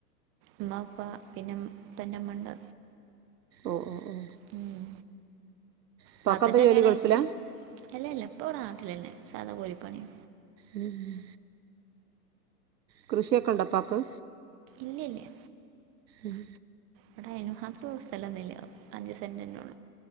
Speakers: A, on the right; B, on the right.
A: മ്മാ പ്പാ പിന്നെ പ്പൻ്റെ മ്മണ്ട്
B: ഓ ഓ ഓ
A: ഉം
B: ഉപ്പാക്
A: താത്തൻ്റെ
B: എന്താ
A: കല്യാണം
B: ജോലി ഗൾഫില
A: അയച്ച് അല്ല ഇല്ല ഇപ്പവിടെ നാട്ടിലന്നെ സാധാ കൂലി പണിയ
B: ഉമ് കൃഷിയൊക്കെണ്ടൊപ്പാക്ക്
A: ഇല്യ ല്യ
B: ഉം
A: ബടയ്നുംമാത്രള്ള സ്ഥലൊന്നുല്ല. അഞ്ച് സെന്റ്ന്നെള്ളു